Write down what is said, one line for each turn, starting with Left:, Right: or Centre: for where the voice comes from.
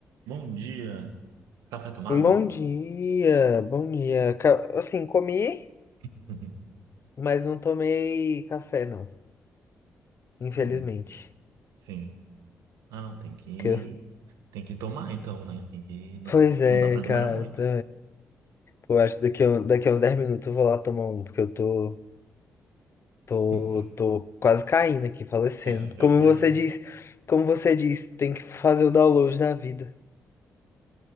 Right: Bom dia. Café tomado?
Left: Um Bom dia, bom dia. Ca- Assim, comi,
Right: <laughs>
Left: mas não tomei café, não. Infelizmente.
Right: Ai, mas- Sim. Ah, não, tem que
Left: Que eu-
Right: tem que tomar então, né? Tem que não
Left: Pois é,
Right: não dá pra
Left: cara.
Right: demorar muito.
Left: Tô... Pô, acho que daqui a, um, daqui a uns 10 minutos eu vou lá tomar um, porque eu tô, tô,
Right: <laughs>
Left: tô quase caindo aqui, falecendo.
Right: É,
Left: Como
Right: eu ia falar
Left: você
Right: isso.
Left: disse, como você disse, tem que fazer o download da vida,